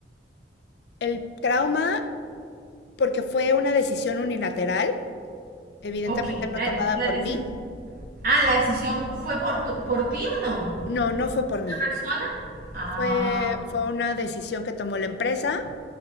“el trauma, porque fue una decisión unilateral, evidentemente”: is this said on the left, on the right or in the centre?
Left